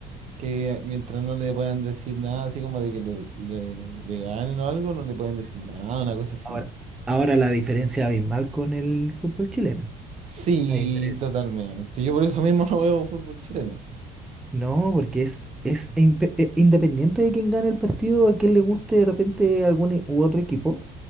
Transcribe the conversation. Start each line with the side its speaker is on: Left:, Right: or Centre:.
Right: que mientras no le puedan decir nada, así como de que le, le- le ganen o algo, no le pueden decir nada, una cosa así.
Centre: Ahora, ahora la diferencia abismal con el fútbol chileno.
Right: Sí,
Centre: La diferencia.
Right: totalmente. Yo por eso mismo <laughs> no veo fútbol chileno.
Centre: No, porque es, es impe- eh, independiente de quién gane el partido, a quién le guste de repente algún e- u otro equipo,